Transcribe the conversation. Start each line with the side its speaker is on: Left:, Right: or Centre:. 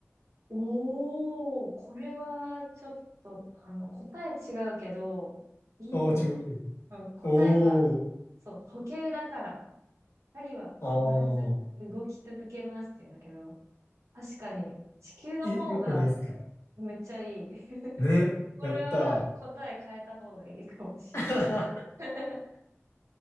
Right: おお、これはちょっと、あの、答え違うけど、いいと思う。
Left: ああ、違うけど。
Right: うん、答えは、
Left: おー。
Right: そう、時計だから、針は止まらず動き続けますって言うんだけど、
Left: ああ。
Right: 確かに、地球の方が
Left: え、よくないですか
Right: めっちゃいい。<laughs>
Left: ね。
Right: これは答え変えた方がいいかもしんない。
Left: やったー。<laughs>
Right: <laughs>